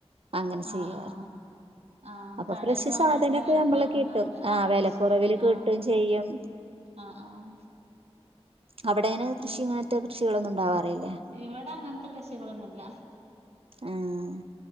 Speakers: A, on the right (about 60°); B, on the right (about 85°).
A: അങ്ങനെ
B: ആഹ്
A: ചെയ്യാറ്
B: ആഹ് ആഹ്
A: അപ്പൊ
B: കടേന്ന്
A: ഫ്രഷ്
B: വാങ്ങണാട്ടിലും
A: സാധനൊക്ക
B: വെലക്കൊറവുണ്ടാവൂല
A: നമ്മള് കിട്ടും ആഹ് വെലക്കുറവില്
B: ഫ്രഷ് സാധനം
A: കിട്ടും
B: ആഹ്
A: ചെയ്യും
B: ആഹ് ആഹ്
A: അവിടെങ്ങനെ കൃഷിങ്ങൻത്തെ കൃഷികളൊന്നും ഉണ്ടാവാറില്ലെ
B: ഇവടെ അങ്ങൻത്തെ കൃഷികളൊന്നുല്ല
A: ആഹ്